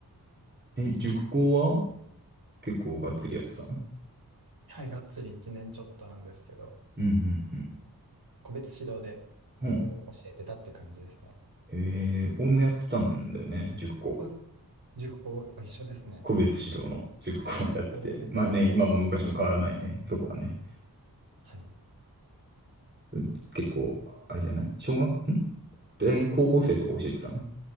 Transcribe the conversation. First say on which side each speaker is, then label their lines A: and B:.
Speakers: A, on the right; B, on the right.
A: うん。え、塾講は結構がっつりやってたの
B: はい、がっつり1年ちょっとなんですけど、
A: うん、うん、う
B: 個別指導でもう教えてたって感じですね。
A: ん。うん。へえ、俺もやってたんだよね、塾講。
B: お塾校一緒ですね。
A: 個別指導の塾講をやってて。
B: お
A: まあね、今も昔も変わらないね、
B: ー
A: そこはね。
B: はい。
A: う結構、あれじゃない小学んで、高校生とか教えてたの